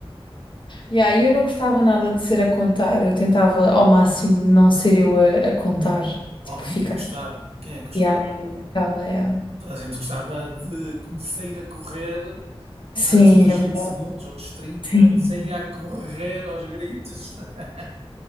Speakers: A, on the left (about 55°); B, on the right (about 85°).
A: Yeah, eu não gostava nada de ser a contar, eu tentava ao máximo não ser eu a, a contar, tipo,
B: Oh,
A: a
B: ninguém
A: ficar.
B: gostava. Quem é que gostava?
A: Yeah, ninguém gostava, yeah.
B: Toda a gente gostava de começar a correr
A: Sim,
B: antes dos
A: é verdade.
B: 20 segundos ou dos trinta
A: Sim.
B: sair a correr aos gritos. <laughs>